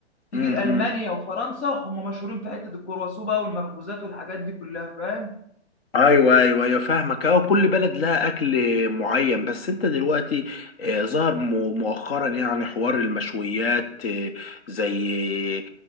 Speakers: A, on the left (about 75°); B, on the left (about 60°).
A: تيجي
B: امم
A: لالمانيا وفرنسا هم مشهورين في حته الكرواسون بقى والمخبوزات والحاجات دي كلها فاهم
B: ايوه ايوه ايوه فاهمك اه كل بلد لها اكل معين بس انت دلوقتي آه ظهر مو- مؤخرا يعني حوار المشويات آه زي